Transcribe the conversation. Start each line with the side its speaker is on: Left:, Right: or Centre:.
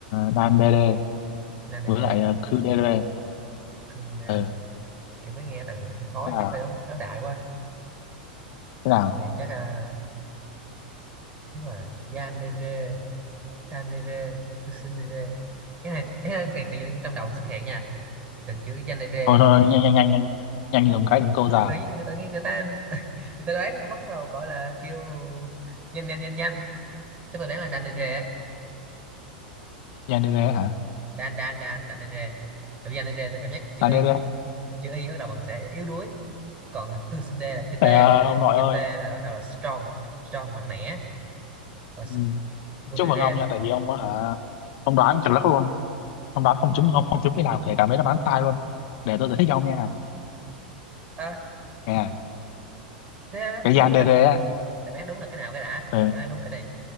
Left: Dandere
Right: Nanere
Left: với lại uh, Kudere
Right: Kunere
Left: ừ.
Right: kiểu mới nghe từ này thấy khó
Left: thế nào
Right: chắc phải đấu đấu đại quá
Left: thế nào
Right: này chắc à, đúng rồi Yanere Yanere Tsundere cái này cái này, cái tự nhiên trong đầu xuất hiện nha từ chữ Yanere
Left: thôi thôi nhanh nhanh nhanh nhanh nhanh dùng cái đừng câu già
Right: tự nhiên người tự nhiên người ta <laughs> người ta đoán mà bắt vào gọi là kêu nhanh nhanh nhanh nhanh Chắc tôi đoán là đàn đề rề á.
Left: Yandere hả
Right: đàn đàn đàn đàn đề rề tự nhiên đề rề tôi cảm giác chữ
Left: Dandere
Right: y chữ y bắt đầu bằng sẽ yếu đuối còn tư sinh đê là chữ t
Left: Để, à, ông
Right: chữ,
Left: nội
Right: chữ
Left: ơi
Right: t là bắt đầu là strong strong mạnh mẽ còn s-
Left: ừ.
Right: con
Left: chúc
Right: đề
Left: mừng
Right: rề
Left: ông nha
Right: tôi
Left: tại vì ông á hả ông đoán chuẩn lắm luôn ông đoán không trúng không không trúng cái nào kể cả mấy đáp án sai luôn để tôi giải thích cho ông nha
Right: à,
Left: nè
Right: thế đó,
Left: cái
Right: khoan,
Left: Yandere
Right: đáp
Left: á
Right: đáp án đúng là cái nào cái đã
Left: ừ.
Right: đáp án đúng cái này